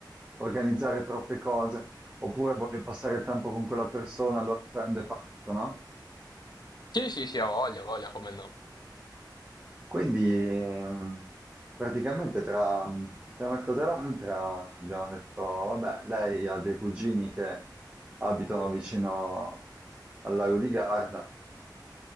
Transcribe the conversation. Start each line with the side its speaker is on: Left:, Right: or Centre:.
Right: organizzare troppe cose, oppure voglio passare il tempo con quella persona, allora prendo e parto, no?
Left: Sì, sì, sì, ha voglia, ha voglia, come no.
Right: Quindi ehm, praticamente tra, tra una cosa e l'altra abbiamo detto, vabbè, lei ha dei cugini che abitano vicino al lago di Garda,